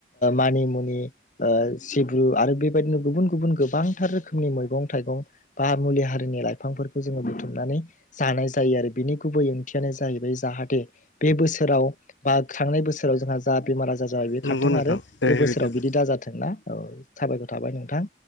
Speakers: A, on the left (about 45°); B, on the left (about 75°).
A: मानि मुनि सिब्रु आरो बेबायदिनो गुबुन गुबुन गोबांथार रोखोमनि मैगं थाइगं बा मुलि हारिनि लाइफांफोरखौजो बुथुमनानै जानाय जायो आरो बिनि गुबै ओंथियानो जाहैबाय जाहाथे बे बोसोराव बा थांनाय बोसोराव जोंहा जा बेमार आजार जाबाय बे
B: नंगौ
A: खारथों
B: नोंथां
A: आरो
B: दे
A: बे बोसोराव
B: बिदिब्ला
A: बिदि दाजाथों ना औ साबायखर थाबाय नोंथां।